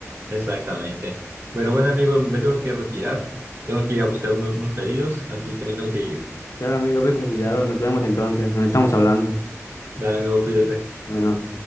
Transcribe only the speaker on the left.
Claro, amigo, ve con cuidado. Nos vemos entonces. Nos estamos hablando.
Bueno.